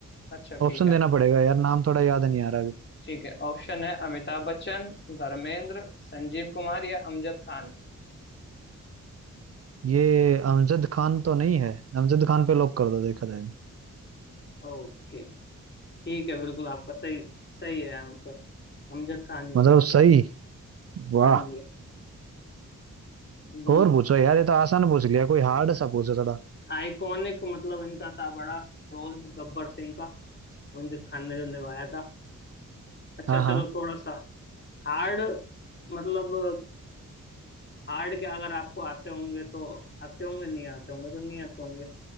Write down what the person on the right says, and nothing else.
ऑप्शन
देना पड़ेगा यार नाम थोड़ा याद नहीं आ रहा अभी
ये अमजद खान तो नहीं है अमजद खान पे लॉक कर दो देखा जाएगा
मतलब
सही वाह
और पूछो यार ये तो आसान पूछ लिया कोई हार्ड सा पूछो थोड़ा
हाँ
हाँ